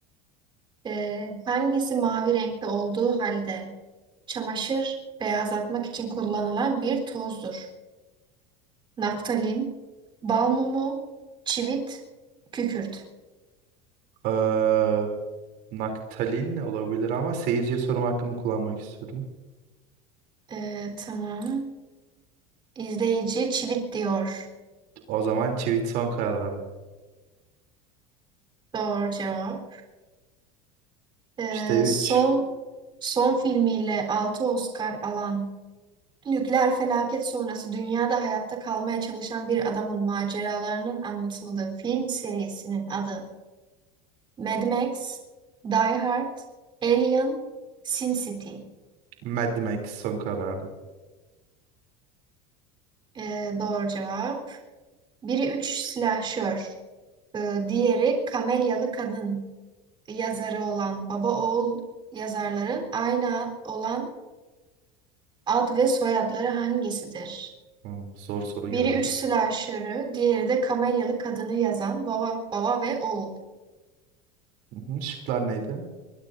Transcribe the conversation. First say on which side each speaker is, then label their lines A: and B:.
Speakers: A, on the right; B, on the right.
A: Ee, hangisi mavi renkte olduğu halde çamaşır beyazlatmak için kullanılan bir tozdur? Naftalin, bal mumu, çivit, kükürt.
B: Ee, Naktalin olabilir ama seyirciye sorum hakkımı kullanmak istiyorum.
A: Ee, tamam. İzleyici çivit diyor.
B: O zaman Çivit son kararım.
A: Doğru cevap. Ee,
B: 3'te üç.
A: son son filmiyle 6 Oscar alan nükleer felaket sonrası dünyada hayatta kalmaya çalışan bir adamın maceralarının anlatıldığı film serisinin adı Mad Max, Die Hard, Alien, Sin City.
B: Mad Max son kararım.
A: Ee, doğru cevap. Biri üç silahşör. Ee, diğeri Kamelyalı Kadın yazarı olan baba oğul yazarların aynı ad- olan ad ve soyadları hangisidir?
B: Hı, zor soru geldi.
A: Biri üç slasher'ı, diğeri de Kamelyalı Kadını yazan baba baba ve oğul.
B: Hı hı, şıklar neydi?